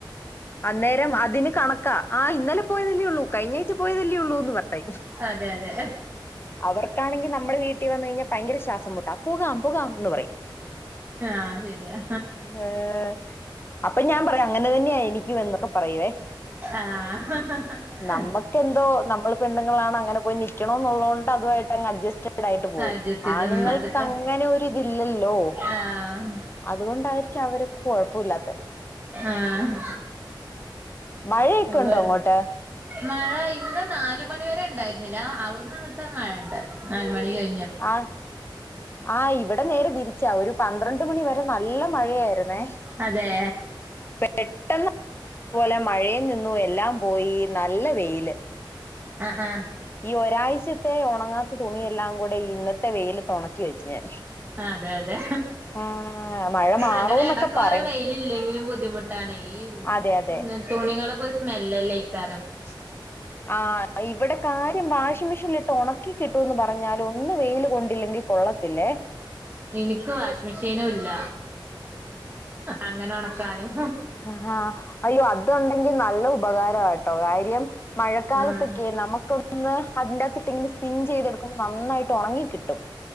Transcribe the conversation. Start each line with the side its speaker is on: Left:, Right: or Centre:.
Left: അന്നേരം അതിന് കണക്കാ ആ- ഇന്നലെ പോയതല്ലേ ഉള്ളൂ കഴിഞ്ഞാഴ്ചഴ പോയതല്ലേ ഉള്ളൂന്ന് പറ
Right: അതെ അതെ
Left: അവർക്കാണെങ്കി നമ്മള് വീട്ടി വന്ന് കഴിഞ്ഞാ ഭയങ്കര ശ്വാസം മുട്ട ഡാ പോകാം പോകാം ആന്ന് പറയും
Right: ആ ശരിയാ
Left: ഏഹ് അപ്പൊ ഞാൻ പറയാ അങ്ങനെ തന്നെയ എനിക്കുന്നൊക്കെ പറയുവേ
Right: ആഹ്
Left: നമ്മക്കെന്തോ നമ്മൾ പെണ്ണുങ്ങളാണ് അങ്ങനെ പോയി നിക്കണോന്നുള്ള ഒണ്ട് അതു അ അങ്ങ് അഡ്ജസ്റ്റഡയിട്ട് പോവും
Right: അഡ്ജസ്റ്റ് ചെയ്ത്
Left: ആണുങ്ങൾക്ക്
Right: അതിപ്പോ
Left: അങ്ങനെ ഒരുതില്ലല്ലോ
Right: ആഹ്
Left: അതുകൊണ്ടായിരിക്കും അവര്- കുഴപ്പമില്ല
Right: ആഹ്
Left: മഴയൊക്കെ
Right: ഇവടെ
Left: ഉണ്ടോ അങ്ങോട്ട്
Right: മഴ ഇന്ന് നാല് മണി വരെ ഇണ്ടായിരുന്നില്ല അവിടുന്നങ്ങിട്ട് മഴ ഉണ്ട് നാല് മണി കഴി-
Left: ആ ആ ഇവിടെ നേരെ തിരിച്ച ഒരു പന്ത്രണ്ട് മണി വരെ- നല്ല മഴയായിരുന്നേ
Right: അതെ
Left: പെട്ടെന്ന് പോലെ മഴയും നിന്നു എല്ലാം പോയി ന നല്ല വെയില്
Right: ആ ആ
Left: ഈ ഒരാഴ്ചത്തെ ഉണങ്ങാത്ത തുണിയെല്ലാം കൂട- ഇന്നത്തെ വെയിലത്ത് ഉണക്കി വെച്ച് ഞാൻ
Right: അതെ അതെ
Left: ആ മഴ മാറൂന്നൊക്കെ
Right: അങ്ങനെ ഇടക്കോരോ
Left: പറയും
Right: വെയിലില്ലെങ്കിലും ബുദ്ധിമുട്ടാണ് ഈ
Left: അതെ അതെ
Right: തുണികളൊ- സ്മെല്ലെല്ലൈക്കാരം <inaudible>
Left: ആ ഇവിടെ കാര്യം വാഷിംഗ് മെഷീൻ ഇ- ഒണക്കി കിട്ടൂന്ന് പറഞ്ഞാലും ഒന്ന് വെയില് കൊണ്ടില്ലെങ്കിൽ കൊള്ളത്തില്ലേ
Right: എനിക്ക് വാഷിംഗ് മെഷീനും ഇല്ല അങ്ങനെ ഉണക്കാനും
Left: ആഹ അയ്യോ അത് ഉണ്ടെങ്കിൽ നല്ല- ഉപകാരവാ കേട്ടോ കാര്യം മഴക്കാലത്തൊക്കെ
Right: ആഹ്
Left: നമുക്കൊന്ന്- അതിന്റകത്തിട്ടിങ്ങനെ സ്പിൻ ചെയ്തെടുക്കുമ്പോ നന്നായിട്ട് ഉണങ്ങി കിട്ടും